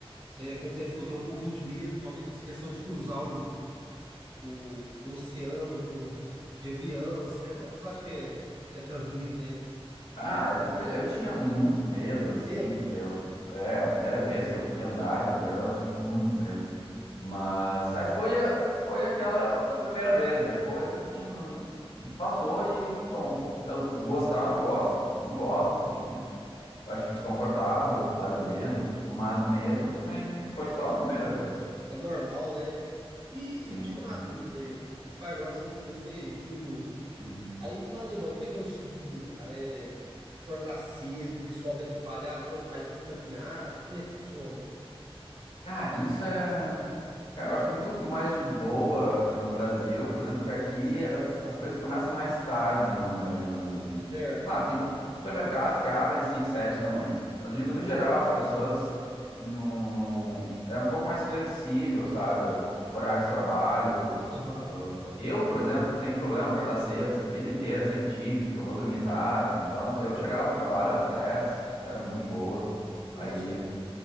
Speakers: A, on the right; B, on the left.
A: É, confesso que eu tenho um pouquinho de medo, principalmente essa questão de cruzar o, o, o oceano com, de avião, de trem, mas eu acho que é, que é tranquilo, né?
B: Ah, é tranquilo. Eu tinha muito medo,
A: Muito
B: assim,
A: medo,
B: porque eu, é, a primeira vez que eu fui andar de avião, eu tinha muito medo. Mas aí foi, a- foi aquela primeira vez. Depois, assim, não- passou e pronto. Eu gostar, eu não gosto. Eu não gosto,
A: <laughs>
B: sim. Acho desconfortável, barulhento, mas medo também foi só a primeira vez.
A: é normal, né? E,
B: Sim.
A: e me tira uma dúvida aí, ó. rapaz, agora você me falou, fiquei curioso.
B: hum.
A: Aí na Alemanha, como é que é o estilo de vida, cara? É acordar cedo, o pessoal vai trabalhar, não, faz uma caminhada, como é que funciona?
B: Ah, isso é. Cara, eu acho muito mais de boa aqui no Brasil, por exemplo, que aqui as, as coisas começam mais tarde na manhã, digamos assim.
A: Certo.
B: Claro, tem supermercados que abrem sim sete da manhã, mas eu digo no geral, as pessoas não, não... é um pouco mais flexível, sabe? O horário de trabalho.
A: Aham.
B: Ah, eu, por exemplo, tenho problema acordar cedo, vida inteira, sempre tive, porque eu vou dormir tarde. Então, eu chegava no trabalho às 10 e era muito de boa.
A: Nossa,
B: Aí
A: cara.